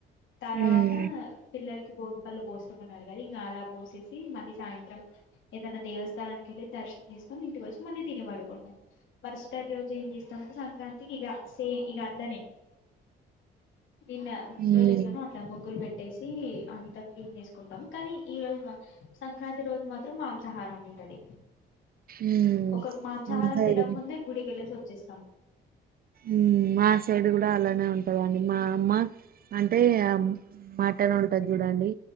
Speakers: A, on the left; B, on the right.
A: తర్వాత
B: ఉమ్
A: పిల్లలకి భోగి పళ్ళు బోస్తాం అన్నారు గదా ఇంగా అలా బోసేసి మళ్ళీ సాయంత్రం ఏదైనా దేవస్థానానికి యెళ్ళి దర్శనం జేసు కొని ఇంటికి వచ్చి మళ్ళీ తిని పడుకుంటాం. మరుసటి రోజు ఏం జేస్తం ప్రతి సంక్రాంతికి ఇగ సేమ్ ఇగ అట్లనే నిన్న ముందు
B: ఉమ్
A: రోజు ఎట్లనో అట్లా ముగ్గులు పె ట్టేసి అంతా క్లీన్ చేసుకుంటాం కానీ ఈ రోజు సంక్రాంతి రోజు మాత్రం మాంసాహారం ఉంటది.
B: ఉమ్
A: ఒక మాంసాహారం
B: మా సైడ్
A: తినకముందే గుడికి యెళ్ళేసి వచ్చేస్తాం.
B: ఉమ్ మా సైడ్ కూడా అలానే ఉంటదండి మా అమ్మ అంటే మటన్ ఉంటది చూడండి